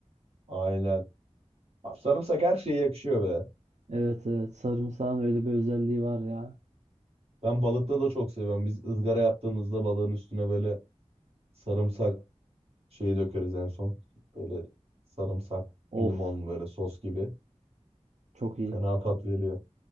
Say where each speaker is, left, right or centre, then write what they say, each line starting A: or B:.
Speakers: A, on the right; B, on the right.
A: aynen. Abi sarımsak her şeye yakışıyor be.
B: Evet evet sarımsağın öyle bir özelliği var ya.
A: Ben balıkta da çok seviyorum. Biz ızgara yaptığımızda balığın üstüne böyle sarımsak şeyi dökeriz en son. Böyle sarımsak,
B: Of
A: limon böyle sos gibi.
B: çok iyi.
A: Fena tat veriyor.